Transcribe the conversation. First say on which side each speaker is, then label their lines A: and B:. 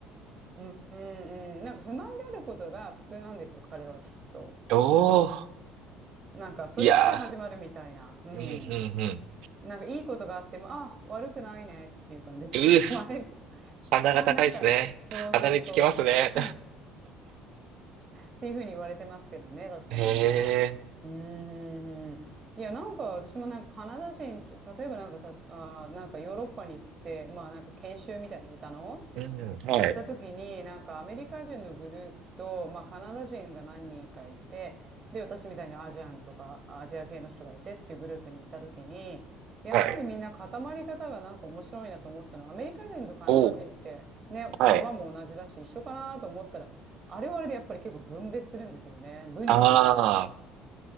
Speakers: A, on the right; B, on the right.
A: ーうん、うん、うん。なんか不満であることが普通なんですよ、彼らはきっと。
B: おお、
A: なんかそれから始まるみたいな。
B: いや
A: うん。
B: ー、うん、うん、うん。
A: なんかいいことがあっても、あ、悪くないねっていう感じ。
B: うー、
A: <laughs> 悪く
B: 鼻が高いですね。
A: あ、なんか、そうそうそう。
B: 鼻につきますね。
A: <laughs> っていうふうに言われてますけどね、確かにね。
B: <laughs> へえ、
A: うん、うんうん。いや、なんか私もなんかカナダ人と、例えばなんかた、あー、なんかヨーロッパに行って、まあなんか研修みたいな歌の、
B: うん、はい、
A: 行った時になんかアメリカ人のグループと、まあ、カナダ人が何人かいてで私みたいにアジアンとかアジア系の人がいてっていうグループに行った時にやっぱりみんな固まり方がなんか面白いなと思ったのはアメリカ人とカナダ人ってね言葉も同じだし一緒かなと思ったらあれはあれでやっぱり結構分別するんですよね分離する感じ。
B: はい。おー、はい。あ
A: う
B: あ。